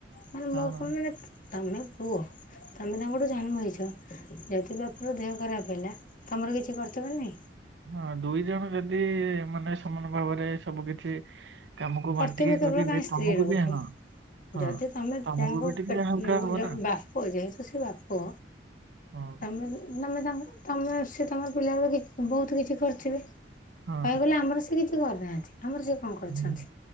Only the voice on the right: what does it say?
ହଁ।
ହଁ ଦୁଇ ଜଣ ଯଦି ମାନେ ସମାନ ଭାବରେ ସବୁ କିଛି କାମକୁ
ବାଟିକି
କରିବେ
ତମକୁ
ବି ହଁ। ହଁ
ତମକୁ
ବି ଟିକେ
ହାଲକା
ହବ
ନା
ହଁ
ହଁ
ହୁଁ,